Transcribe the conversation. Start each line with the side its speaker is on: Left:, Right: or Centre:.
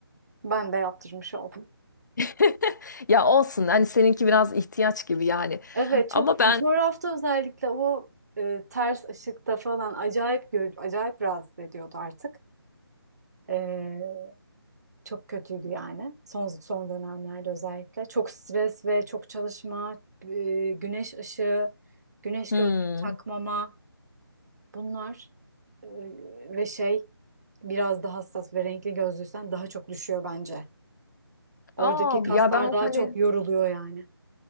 Right: Ben de yaptırmış oldum.
Left: <laughs> Ya olsun hani seninki biraz ihtiyaç gibi yani.
Right: Evet çok
Left: Ama ben
Right: fotoğrafta özellikle o e, ters ışıkta falan acayip gör, acayip rahatsız ediyordu artık. E, çok kötüydü yani son son dönemlerde özellikle. Çok stres ve çok çalışma, e, güneş ışığı, güneş
Left: hmm.
Right: gözlüğü takmama bunlar E, ve şey biraz daha hassas ve renkli gözlüysen daha çok düşüyor bence. Oradaki
Left: Aa
Right: kaslar
Left: ya ben
Right: daha
Left: hani
Right: çok yoruluyor yani.